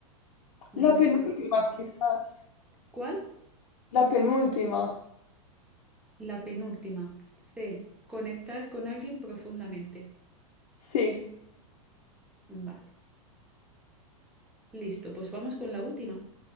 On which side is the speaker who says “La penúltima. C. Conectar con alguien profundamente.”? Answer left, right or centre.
Centre